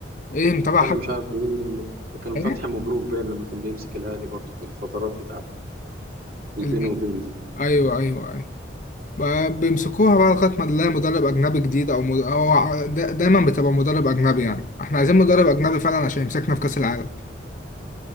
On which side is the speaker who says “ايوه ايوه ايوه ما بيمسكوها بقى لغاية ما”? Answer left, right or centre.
Left